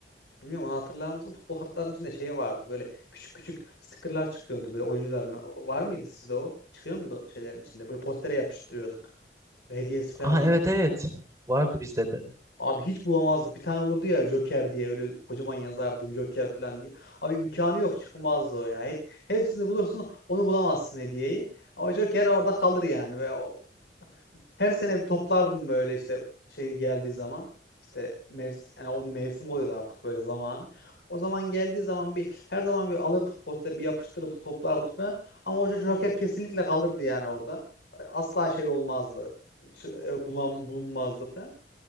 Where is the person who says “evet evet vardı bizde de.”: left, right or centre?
Right